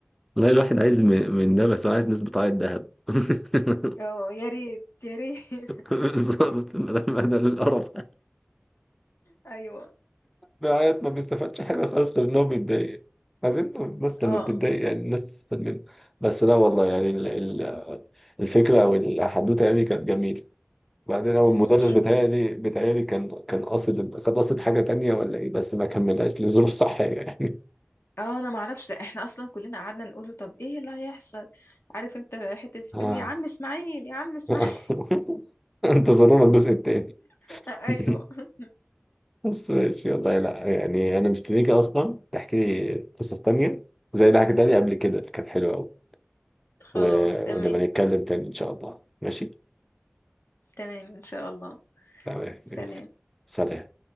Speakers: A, in the centre; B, on the left.
A: والله الواحد عايز م- من ده بس هو عايز نسبة عائد ذهب <laughs>
B: <laughs> اه يا ريت يا ريت <laughs>
A: بالظبط ما ده القرف ده.
B: ايوه
A: العيال ما بيستفادش حاجة خالص غير إن هو بيتضايق عايزين الناس لما
B: اه
A: بتتضايق يعني الناس تستفاد منه بس لا والله يعني ال- ال- الفكرة أو الحدوتة يعني كانت جميلة بعدين هو
B: أمم،
A: المدرس
B: شكرا
A: بتهيألي بتهيألي كان كان قاصد كان قاصد حاجة تانية ولا إيه بس ما كملهاش لظروف صحية يعني <laughs>
B: اه انا ما اعرفش ده احنا اصلا كلنا قعدنا نقوله طب ايه اللي هيحصل عارف انت حتة الفيلم
A: آه.
B: يا عم اسماعيل يا عم اسماعيل
A: <laughs> انتظرونا الجزء التاني
B: <laughs>
A: <laughs>
B: ايوه
A: بس ماشي والله لا يعني انا مستنيك اصلا تحكي لي قصص تانية زي اللي حكيتها لي قبل كده اللي كانت حلوة قوي
B: خلاص
A: و...
B: تمام
A: ونبقى نتكلم تاني ان شاء الله ماشي
B: تمام ان شاء الله
A: تمام
B: سلام
A: يلا سلام